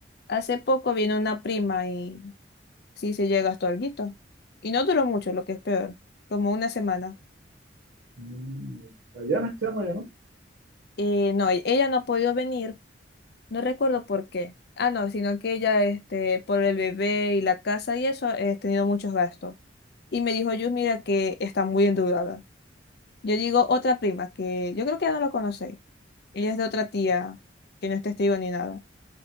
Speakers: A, on the left; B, on the right.
A: Hace poco vino una prima y sí se llega hasta alguito. Y no duró mucho, lo que es peor, como una semana.
B: Mm, Allá no se llama, ya no.
A: Eh, no, e- ella no ha podido venir No recuerdo por qué. Ah, no, sino que ella, este, por el bebé y la casa y eso, he tenido muchos gastos. Y me dijo, yo mira que está muy endeudada. Yo digo, otra prima, que yo creo que ya no la conocéis. Ella es de otra tía, que no es testigo ni nada.